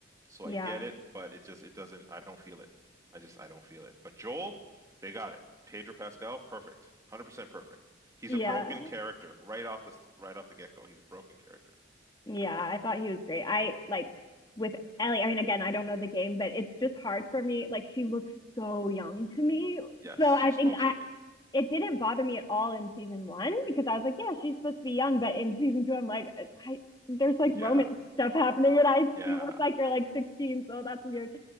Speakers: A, on the right; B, on the left.
A: So
B: yeah
A: I get it, but it just it doesn't. I don't feel it. I just I don't feel it. But Joel, they got it. Pedro Pascal, perfect, 100% perfect. He's
B: yeah
A: a broken character right off the right off the get-go. He's a broken character.
B: Yeah, I thought he was great. I like with Ellie, I mean, again, I don't know the game, but it's just hard for me. Like, she looks so young to me.
A: Yes,
B: So I
A: she's
B: think
A: supposed
B: I,
A: to be.
B: it didn't bother me at all in season one because I was like, yeah, she's supposed to be young. But in season two, I'm like, I, there's like
A: Yeah.
B: Roman stuff happening and I,
A: Yeah.
B: you look like you're like 16. So that's weird.